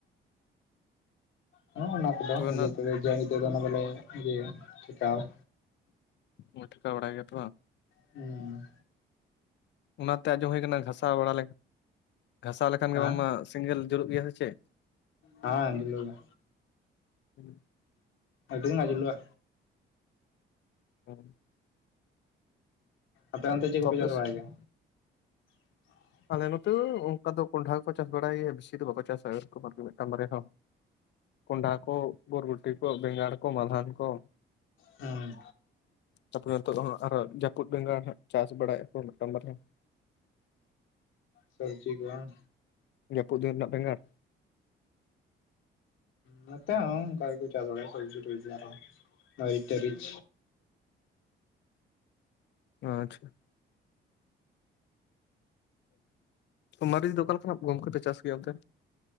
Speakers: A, on the left; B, on the left.
A: ᱦᱮᱸ ᱚᱱᱟ ᱠᱚᱫᱚ
B: ᱛᱚᱵᱮ
A: ᱱᱤᱡᱮ
B: ᱚᱱᱟ
A: ᱛᱮᱜᱮ ᱚᱱᱟ ᱫᱚᱞᱮ ᱤᱭᱟᱹ ᱴᱷᱮᱠᱟᱣᱟ
B: ᱚ ᱴᱷᱮᱠᱟᱣ ᱵᱟᱲᱟᱭ ᱜᱮᱭᱟᱯᱮ ᱵᱟᱝ
A: ᱦᱩᱸ
B: ᱚᱱᱟᱛᱮ ᱟᱸᱡᱚᱢ ᱦᱩᱭ ᱠᱟᱱᱟ ᱜᱷᱟᱥᱟᱣ ᱵᱟᱲᱟ ᱜᱷᱟᱥᱟᱣ ᱞᱮᱠᱷᱟᱱ
A: ᱦᱮᱸ
B: ᱜᱮ ᱵᱟᱝᱢᱟ ᱥᱮᱸᱜᱮᱞ ᱡᱩᱞᱩᱜ ᱜᱮᱭᱟ ᱥᱮ ᱪᱮᱫ
A: ᱦᱚᱭ ᱡᱩᱞᱩᱜ ᱜᱮᱭᱟ
B: ᱦᱩ
A: ᱟᱰᱤ ᱢᱚᱡᱽ ᱡᱩᱞᱚᱜᱼᱟ
B: ᱦᱮᱸ
A: ᱟᱯᱮ ᱚᱱᱛᱮ ᱪᱮᱫ ᱠᱚ
B: ᱛᱚ
A: ᱠᱚ
B: ᱟᱯᱮ
A: ᱪᱟᱥ
B: ᱥᱮᱫ
A: ᱵᱟᱲᱟᱭ ᱜᱮᱭᱟ <inaudible>
B: ᱟᱞᱮ ᱱᱚᱛᱮ ᱚᱱᱠᱟ ᱫᱚ ᱠᱚᱸᱰᱷᱟ ᱠᱚ ᱪᱟᱥ ᱵᱟᱲᱟᱭᱟ ᱵᱮᱥᱤ ᱫᱚ ᱵᱟᱠᱚ ᱪᱟᱥᱟ ᱳᱭᱨᱚᱠᱢ ᱟᱨᱠᱤ ᱢᱤᱫᱴᱟᱝ ᱵᱟᱨᱭᱟ᱾ ᱠᱚᱸᱰᱷᱟ ᱠᱚ ᱵᱚᱨᱵᱩᱴᱤ ᱠᱚ ᱵᱮᱸᱜᱟᱲ ᱠᱚ ᱢᱟᱞᱦᱟᱱ ᱠᱚ
A: ᱦᱩᱸ
B: ᱛᱟᱯᱚᱨᱮ ᱱᱤᱛᱚᱜ ᱫᱚ ᱦᱟᱸᱜ ᱟᱨᱦᱚ ᱡᱟᱯᱩᱫ ᱵᱮᱸᱜᱟᱲ ᱦᱟᱸᱜ ᱪᱟᱥ ᱵᱟᱲᱟᱭ ᱟᱠᱚ ᱢᱤᱫᱴᱟᱝ ᱵᱟᱨᱭᱟ
A: ᱥᱚᱵᱡᱤ ᱠᱚ ᱵᱟᱝ
B: ᱡᱟᱹᱯᱩ ᱫᱤᱱ ᱨᱮᱱᱟᱜ ᱵᱮᱸᱜᱟᱲ
A: ᱱᱚᱛᱮ ᱦᱚᱸ ᱚᱱᱠᱟ ᱜᱮᱠᱚ ᱪᱟᱥ ᱵᱟᱲᱟᱭᱟ ᱥᱚᱵᱡᱤ-ᱴᱚᱵᱡᱤ ᱢᱟᱨᱤᱪ-ᱴᱟᱨᱤᱪ
B: ᱟᱪᱪᱷᱟ ᱢᱟᱹᱨᱤᱪ ᱫᱚ ᱚᱠᱟ ᱞᱮᱠᱟᱱᱟᱜ ᱜᱚᱢᱠᱮ ᱯᱮ ᱪᱟᱥ ᱜᱮᱭᱟ ᱚᱱᱛᱮ